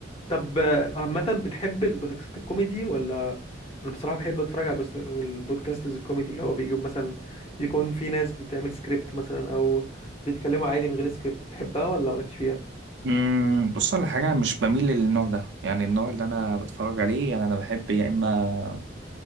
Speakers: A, on the left (about 30°); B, on the right (about 65°).
A: طب آه، عامة بتحب البودكاستات الكوميدي ولا انا بصراحة بحب اتفرج على بوست- البودكاستز الكوميدي اللي هو بيجيب مثلا بيكون في ناس بتعمل سكريبت مثلا او بيتكلموا عادي من غير سكريبت بتحبها ولا مالكش فيها
B: امم بص على حاجه مش بميل للنوع ده يعني النوع اللي انا بتفرج عليه يعني انا بحب يا اما